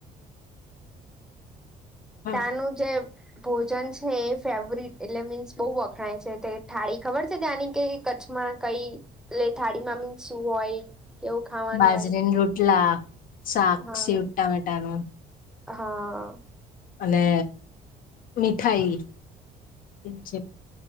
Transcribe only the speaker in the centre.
ત્યાંનું જે. ભોજન છે એ ફેવરટ એટલે મીન્સ બહુ વખણાય છે તે થઠાળી ખબર છે ત્યાંની કે. કચ્છમાં કઈ એટલે થાળી મામી શું હોય. કેવું ખાવાનું
હોય
હા
હા.